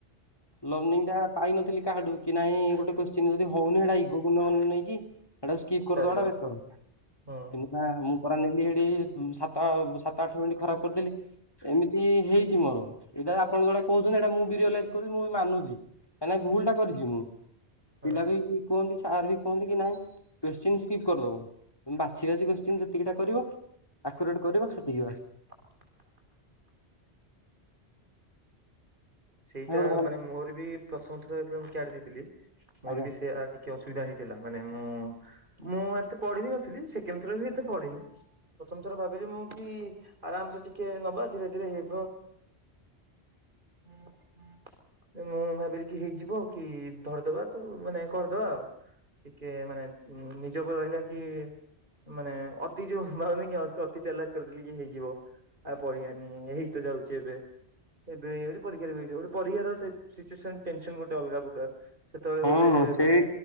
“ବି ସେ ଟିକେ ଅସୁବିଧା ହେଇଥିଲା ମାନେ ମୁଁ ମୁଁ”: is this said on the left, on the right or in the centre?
Right